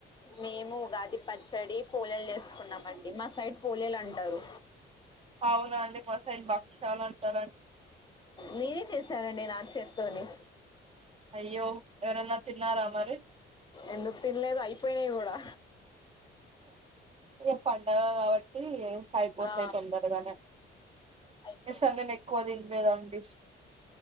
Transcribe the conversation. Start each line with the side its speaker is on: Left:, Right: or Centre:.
Left: మేము ఉగాది పచ్చడి పోలేలు చేసుకున్నామండి మా సైడ్ పోలేలు అంటారు
Right: అవునా అండి మా సైడ్ భక్షాలూ అంటారడి
Left: నేనే చేశానండి నా చేత్తోని
Right: అయ్యో ఎవరన్నా తిన్నారా మరి
Left: ఎందుకు తిన్లేదు అయిపోయినాయి కూడా
Right: ఏ పండుగ కాబట్టి అయిపోతాయి
Left: ఆ
Right: తొందరగానే
Left: అయిపోయినాయి
Right: అనేసి ఎక్కువ తినలేదండి